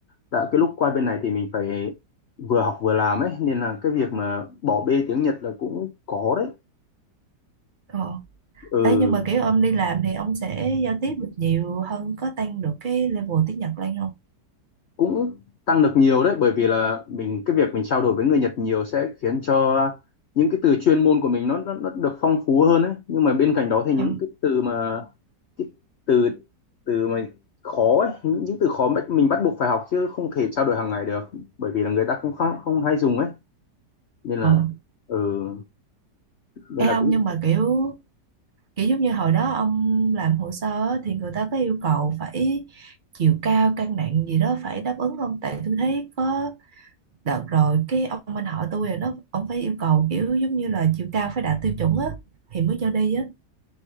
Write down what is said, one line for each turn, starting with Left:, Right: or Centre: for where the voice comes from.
Left: đã cái lúc qua bên này thì mình phải vừa học vừa làm ấy nên là cái việc mà bỏ bê tiếng Nhật là cũng có đấy
Right: ờ
Left: ừ
Right: Ê, nhưng mà kiểu ông đi làm thì ông sẽ giao tiếp được nhiều hơn có tăng được cái level tiếng Nhật lên không
Left: cũng tăng được nhiều đấy bởi vì là mình cái việc mình trao đổi với người Nhật nhiều sẽ khiến cho những cái từ chuyên môn của mình nó nó, nó được phong phú hơn đấy nhưng mà bên cạnh đó thì
Right: ờ
Left: những cái từ mà cái từ từ mà khó ấy, những, những từ khó mà mình bắt buộc phải học chứ không thể trao đổi hàng ngày được bởi vì là người ta cũng không, không hay dùng ấy nên
Right: ờ
Left: là ừ, nên
Right: Ê
Left: là
Right: ông
Left: cũng
Right: nhưng mà kiểu kiểu giống như hồi đó ông làm hồ sơ á, thì người ta có yêu cầu phải chiều cao cân nặng gì đó phải đáp ứng không tại tôi thấy có đợt rồi cái ông anh họ tôi rồi nó ông phải yêu cầu kiểu giống như là chiều cao phải đạt tiêu chuẩn á thì mới cho đi á